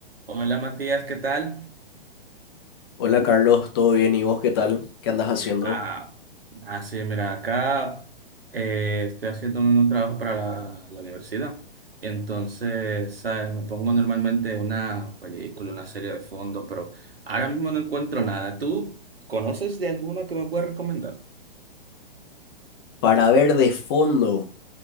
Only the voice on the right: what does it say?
Hola Matías, ¿qué tal?
Ah, ah, sí, mira, acá eh, estoy haciendo un trabajo para la, la universidad. Y entonces, ¿sabes? Me pongo normalmente una película, una serie de fondo, pero ahora mismo no encuentro nada. ¿Tú conoces de alguna que me puedas recomendar?